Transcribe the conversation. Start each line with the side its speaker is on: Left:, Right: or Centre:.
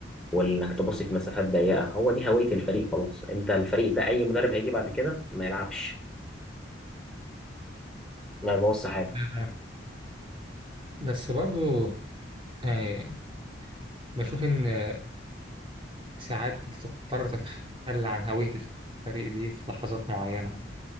Centre: وانك تباصي في مسافات ضيقة هو دي هوية الفريق خلاص انت الفريق ده اي مدرب هيجي بعد كده ما يلعبش ما يبوظش حاجة
Right: آه بس برضو آه بشوف إن آه، ساعات بتضطر تتخلى عن هوية الفريق دي في لحظات معينة